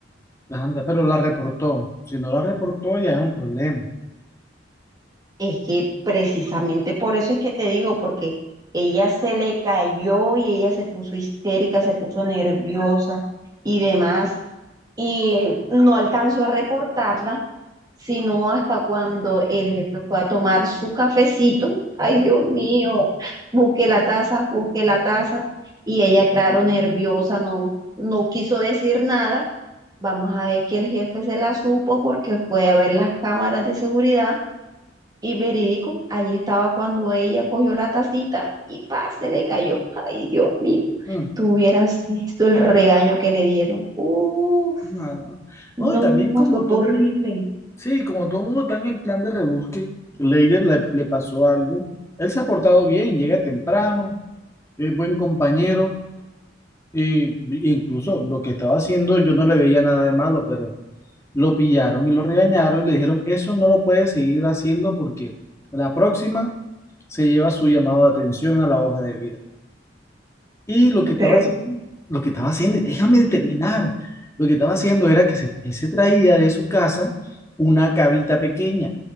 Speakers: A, on the left; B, on the right.
A: anda, pero la reportó. Si no la reportó, ya es un problema.
B: Es que precisamente por eso es que te digo, porque ella se le cayó y ella se puso histérica, se puso nerviosa y demás. Y no alcanzó a reportarla, sino hasta cuando el jefe fue a tomar su cafecito. Ay, Dios mío, busqué la taza, busqué la taza. Y ella, claro, nerviosa, no, no quiso decir nada Vamos a ver que el jefe se la supo porque fue a ver las cámaras de seguridad y verídico, ahí estaba cuando ella cogió la tacita y pa, se le cayó. Ay, Dios mío,
A: Mm,
B: tú hubieras visto el regaño que le dieron. Uf,
A: no, no.
B: no,
A: No, y también como
B: eso fue
A: todo
B: horrible.
A: un- sí, como todo el mundo está en el plan de rebusque, Leider le, le pasó algo. Él se ha portado bien, llega temprano, es buen compañero, y y incluso lo que estaba haciendo yo no le veía nada de malo, pero lo pillaron y lo regañaron y le dijeron, eso no lo puedes seguir haciendo porque la próxima se lleva su llamado de atención a la hoja de vida. Y lo que estaba
B: Pero,
A: haciendo, lo que estaba haciendo, y déjame terminar, lo que estaba haciendo era que se, él se traía de su casa una cabita pequeña